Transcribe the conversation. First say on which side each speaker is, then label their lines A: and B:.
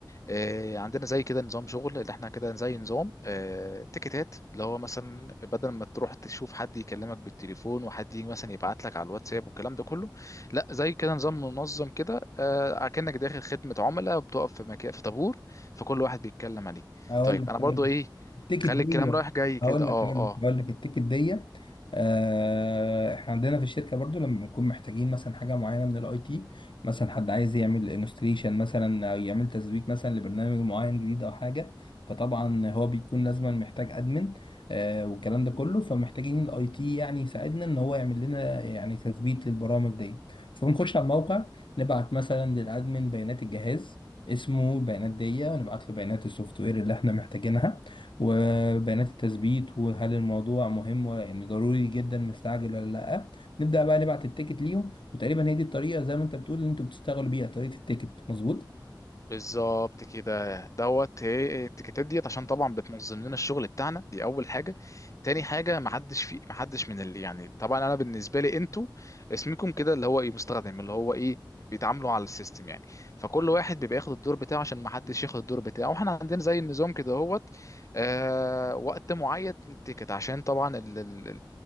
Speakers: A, on the left; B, on the left.
A: آه، عندنا زي كده نظام شغل اللي احنا كده زي نظام آه، تيكتات اللي هو مثلا بدل ما تروح تشوف حد يكلمك بالتليفون وحد يجي مثلا يبعت لك على الواتساب والكلام ده كله لا زي كده نظام منظم كده آه، كأنك داخل خدمة عملاء بتقف في مكان في طابور فكل واحد بيتكلم عليه
B: هقول
A: طيب
B: لك
A: انا برضو
B: هقول لك
A: ايه
B: التيكت
A: خلي
B: دي
A: الكلام رايح جاي كده
B: هقول
A: اه
B: لك هقول
A: اه
B: لك هقول لك التيكت دي آه، احنا عندنا في الشركه برضو لما بنكون محتاجين مثلا حاجه معينه من الاي تي مثلا حد عايز يعمل انستليشن مثلا او يعمل تثبيت مثلا لبرنامج معين جديد او حاجه فطبعا هو بيكون لازما محتاج ادمن آه والكلام ده كله فمحتاجين الاي تي يعني يساعدنا ان هو يعمل لنا يعني تثبيت للبرامج دي فبنخش على الموقع نبعت مثلا للادمن بيانات الجهاز اسمه بيانات دية ونبعت له بيانات السوفت وير اللي احنا محتاجينها وبيانات التثبيت وهل الموضوع مهم ولا يعني ضروري جدا مستعجل ولا لا نبدأ بقى نبعت التيكت ليهم وتقريبا هي دي الطريقة زي ما انت بتقول اللي انتوا بتشتغلوا بيها طريقة التيكت مظبوط؟
A: بالظبط كده دوت هي التيكيتات ديت عشان طبعا بتنظم لنا الشغل بتاعنا دي اول حاجه تاني حاجه ما حدش في ما حدش من اللي يعني طبعا انا بالنسبه لي انتوا اسمكم كده اللي هو ايه مستخدم اللي هو ايه بيتعاملوا على السيستم يعني فكل واحد بيبقى ياخد الدور بتاعه عشان ما حدش ياخد الدور بتاعه واحنا عندنا زي النظام كده هوت آه وقت معين للتيكت عشان طبعا ال ال-